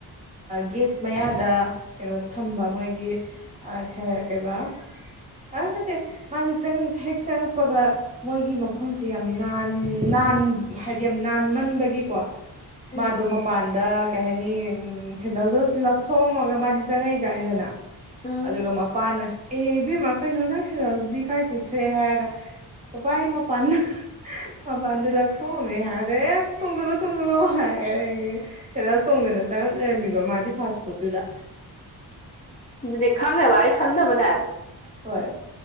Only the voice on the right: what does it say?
ꯒꯦꯠ ꯃꯌꯥꯗ ꯀꯩꯅꯣ ꯊꯝꯕ ꯃꯣꯏꯒꯤ ꯑꯥ ꯁꯔ ꯀꯩꯕ ꯑꯥ ꯅꯠꯇꯦ ꯃꯥꯁꯤ ꯆꯪ ꯍꯦꯛ ꯆꯪꯉꯛꯄꯒ ꯃꯣꯏꯒꯤ ꯃꯐꯝꯁꯦ ꯌꯥꯝ ꯅꯥꯟ ꯅꯥꯟ ꯍꯥꯏꯗꯤ ꯌꯥꯝ ꯅꯥꯟꯃꯟꯕꯒꯤꯀꯣ
ꯃꯥꯗꯣ ꯃꯄꯥꯟꯗ ꯀꯩ ꯍꯥꯏꯅꯤ ꯁꯦꯟꯗꯜꯗꯣ ꯂꯧꯊꯣꯛꯑꯝꯃꯒ ꯃꯥꯗꯤ ꯆꯪꯉꯛꯏ ꯖꯥꯠꯅꯤꯗꯅ
ꯑꯗꯨꯒ ꯃꯄꯥꯥꯟꯅ ꯑꯦ ꯏꯕꯦꯝꯃ ꯀꯩꯅꯣ ꯅꯪ ꯁꯦꯗꯜꯗꯤ ꯀꯥꯏ ꯆꯠꯈ꯭ꯔꯦ ꯍꯥꯏꯔꯒ ꯕꯕꯥ ꯑꯩ ꯃꯄꯥꯟꯗ ꯃꯄꯥꯟꯗ ꯂꯧꯊꯣꯑꯃꯦ ꯍꯥꯢꯔꯦ ꯑꯦ ꯇꯣꯡꯖꯤꯂꯨ ꯇꯨꯡꯖꯤꯂꯨ ꯍꯥꯏ ꯁꯦꯟꯗꯜ ꯇꯣꯡꯗꯅ ꯆꯪꯉꯛ ꯂꯩꯔꯝꯃꯤꯕ ꯃꯥꯗꯤ ꯐꯥꯁ ꯐꯨꯠꯇꯨꯗ
ꯍꯣꯏ